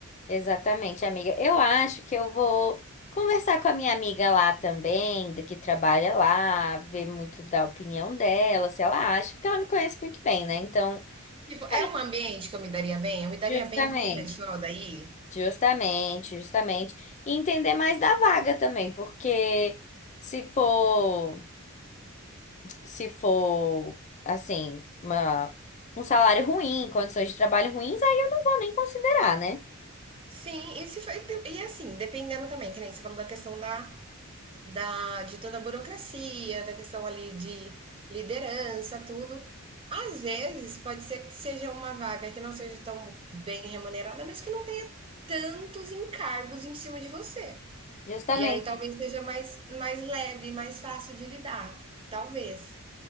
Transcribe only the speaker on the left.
exatamente, amiga. Eu acho que eu vou conversar com a minha amiga lá também, da que trabalha lá, ver muito da opinião dela, se ela acha, porque ela me conhece muito bem, né? Então,
é,
justamente.
Justamente, justamente. E entender mais da vaga também, porque se for, se for, assim, uma, um salário ruim, condições de trabalho ruins, aí eu não vou nem considerar, né?
Justamente,